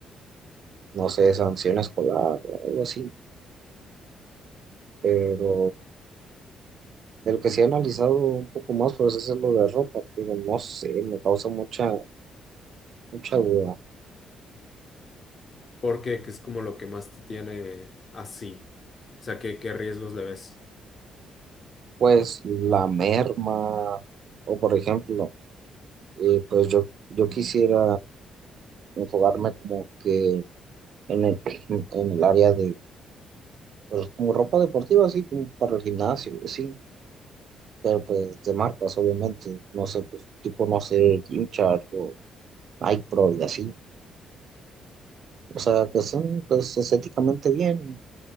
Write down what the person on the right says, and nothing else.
no sé, sanción escolar o algo así. Pero del que sí he analizado un poco más, pues es lo de ropa, pero no sé, me causa mucha, mucha duda.
pues la merma, o por ejemplo, eh, pues yo, yo quisiera enfocarme como que en el, en el área de, pues como ropa deportiva, así como para el gimnasio, sí, pero pues de marcas, obviamente, no sé, pues tipo, no sé, Gymshark o Nike Pro y así, o sea, que son pues estéticamente bien,